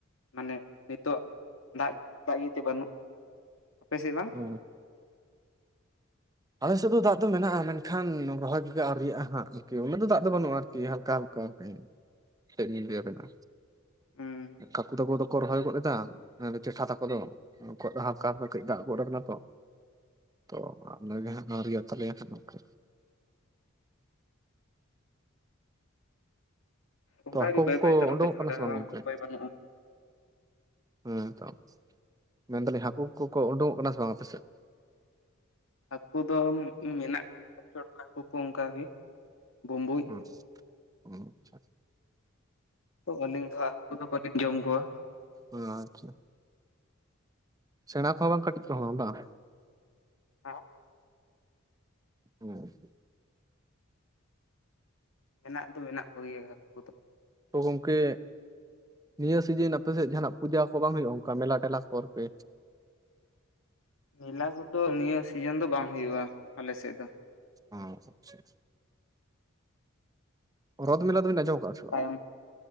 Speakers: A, on the left; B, on the right.
A: ᱢᱟᱱᱮ ᱱᱤᱛᱚᱜ ᱫᱟᱜ ᱫᱟᱜ ᱤᱭᱟᱹᱛᱮ ᱵᱟᱹᱱᱩᱜ ᱟᱯᱮᱥᱮᱫ ᱵᱟᱝ?
B: <inaudible> ᱟᱞᱮᱥᱮᱫ ᱫᱚ ᱫᱟᱜ ᱫᱚ ᱢᱮᱱᱟᱜᱼᱟ ᱢᱮᱱᱠᱷᱟᱱ ᱨᱚᱦᱚᱭ ᱟᱹᱣᱤᱭᱟᱜ ᱦᱟᱜᱜᱤ ᱩᱱᱟᱹᱜ ᱫᱚ ᱫᱟᱜ ᱫᱚ ᱵᱟᱹᱱᱩᱜᱼᱟ᱾ ᱦᱟᱞᱠᱟ ᱦᱟᱞᱠᱟ ᱜᱚᱢᱠᱮ ᱪᱮᱫ ᱞᱤᱧ ᱞᱟᱹᱭᱟ ᱟᱵᱮᱱᱟ᱾
A: ᱦᱩᱸ
B: ᱠᱟᱠᱩ ᱛᱟᱹᱠᱚ ᱫᱚ ᱠᱚ ᱨᱚᱦᱚᱭᱟ ᱜᱚᱫ ᱮᱫᱟ ᱪᱮᱴᱷᱟ ᱛᱟᱠᱚ ᱫᱚ ᱜᱚᱫ ᱦᱟᱨᱠᱟ ᱠᱟᱹᱡ ᱫᱟᱜ ᱜᱚᱫ ᱟᱠᱟᱱᱟ ᱛᱚ, ᱛᱚ ᱟᱣᱨᱤ ᱛᱟᱞᱮᱭᱟ ᱱᱟᱦᱟᱜ ᱱᱚᱝᱠᱟ᱾
A: ᱚᱱᱠᱟ
B: ᱛᱚ ᱦᱟᱹᱠᱩ
A: ᱜᱮ ᱵᱟᱹᱭ
B: ᱠᱚᱠᱚ
A: ᱵᱟᱹᱭᱛᱮ ᱨᱚᱦᱚᱭ
B: ᱩᱰᱩᱠᱚᱜ
A: ᱡᱚᱲᱟᱣ
B: ᱠᱟᱱᱟ ᱥᱮ ᱵᱟᱝ ᱜᱚᱝᱠᱮ?
A: ᱩᱯᱟᱹᱭ ᱵᱟᱹᱱᱩᱜᱼᱟ
B: ᱦᱮᱸ ᱛᱚ ᱢᱮᱱᱫᱟᱞᱤᱧ ᱦᱟᱹᱠᱩ ᱠᱚᱠᱚ ᱩᱰᱩᱝᱚᱜ ᱠᱟᱱᱟ ᱥᱮ ᱵᱟᱝ ᱟᱯᱮᱥᱮᱫ?
A: ᱦᱟᱹᱠᱩ ᱫᱚ ᱢᱮᱱᱟᱜ ᱠᱚᱜᱮᱭᱟ ᱪᱰᱜ ᱦᱟᱹᱠᱩ ᱠᱚ ᱚᱱᱠᱟᱜ ᱜᱮ᱾ ᱵᱩᱸᱵᱩᱡ
B: ᱦᱩᱸ ᱦᱩᱸ ᱟᱪᱪᱷᱟ᱾
A: ᱛᱚ ᱟᱹᱞᱤᱧ ᱫᱚ ᱦᱟᱸᱜ ᱦᱟᱹᱠᱩ ᱫᱚ ᱵᱟᱹᱞᱤᱧ ᱡᱚᱢ ᱠᱚᱣᱟ᱾
B: ᱚ ᱟᱪᱷᱟ ᱥᱮᱬᱟ ᱠᱚᱦᱚᱸ ᱵᱟᱝ ᱠᱟᱹᱴᱤᱡ ᱠᱚᱦᱚᱸ ᱵᱟᱝ
A: ᱦᱮᱸ
B: ᱦᱮᱸ
A: ᱢᱮᱱᱟᱜ ᱫᱚ ᱢᱮᱱᱟᱜ ᱠᱚᱜᱮᱭᱟ ᱦᱟᱹᱠᱩ ᱠᱚᱫᱚ
B: ᱜᱚᱢᱠᱮ ᱱᱤᱭᱟᱹ ᱥᱤᱡᱤᱱ ᱟᱯᱮᱥᱮᱫ ᱡᱟᱦᱟᱱᱟᱜ ᱯᱩᱡᱟᱹ ᱠᱚ ᱵᱟᱝ ᱦᱩᱭᱩᱜᱼᱟ ᱚᱱᱠᱟ ᱢᱮᱞᱟ ᱴᱮᱞᱟ ᱠᱚᱨ ᱯᱮ
A: ᱢᱮᱞᱟ ᱠᱚᱫᱚ ᱱᱤᱭᱟᱹ ᱥᱤᱡᱮᱱ ᱫᱚ ᱵᱟᱝ ᱦᱩᱭᱩᱜᱭᱼᱟ ᱟᱞᱮᱥᱮᱫ ᱫᱚ᱾
B: ᱦᱚᱸ ᱟᱪᱷᱟ ᱪᱷᱟ᱾ ᱨᱚᱫ ᱢᱮᱞᱟ ᱫᱚᱵᱤᱱ ᱟᱸᱧᱡᱚᱢ ᱟᱠᱟᱫᱟᱼᱟ ᱥᱮ ᱵᱟᱝ
A: ᱛᱟᱭᱚᱢ